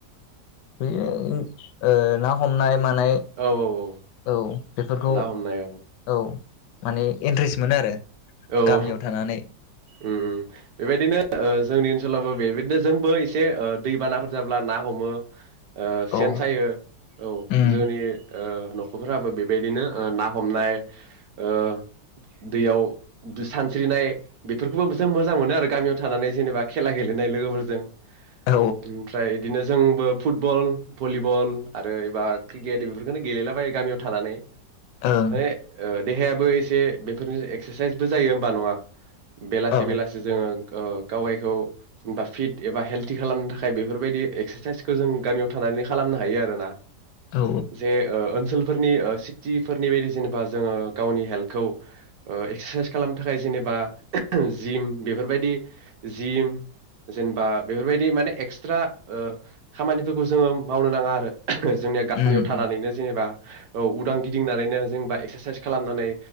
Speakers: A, on the left; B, on the right.
A: <unintelligible> ओ ना हमनाय मानाय
B: औ औ औ।
A: औ बेफोरखौ
B: ना हमनाय
A: औ माने इन्ट्रेस्ट मोनो आरो
B: औ औ उ
A: गामियाव थानानै
B: उ बेबायदिनो ओ जोंनि ओनसोलावबो बे दो जोंबो एसे दैबानाफोर जाब्ला ना ह'मो ओ सेन
A: औ
B: सायो औ
A: उम
B: जोंनि ओ न'ख'फ्राबो बेबायदिनो ना हमनाय ओ दैयाव दु सानस्रिनाय बेफोरखौबो जों मोजां मोनो आरो गामियाव थानानै जेनेबा खेला गेलेनाय लोगोफोरजों
A: औ
B: ओमफ्राय बिदिनो जोंबोब फुटबल भलिबल आरो एबा क्रिकेट बेफोरखौनो गेलेलाबायो गामियाव थानानै
A: ओं
B: माने ओ देहायाबो एसे बेफोरनि एक्स साइसबो जायो होमबा नङा? बेलासि
A: औ
B: बेलासि जोङो ओ गावगायखौ दा फिट एबा हेल्डि खालामनो थाखाय बेफोरबायदि एक्सारसाइसखौ जों गामियाव थानानै खालामनो हायो आरोना।
A: औ
B: जे ओ ओनसोल फोरनि सिटि फोरनि बायदि जेनेबा जोङो गावनि हेल्थखौ ओ एक्सारसाइसथ खालामनो थाखाय जेनेबा जिम बेफोरबायदि जिम जेनेबा बेफोरबायदि माने एक्सट्रा ओ खामानिफोरखौ जोङो मावनो नाङा आरो जोंनिया गामियाव
A: उम
B: थानानैनो
A: उम
B: जेनेबा औ उदां गिदिंनानैनो जोंबा एक्सारसाइस खालामनानै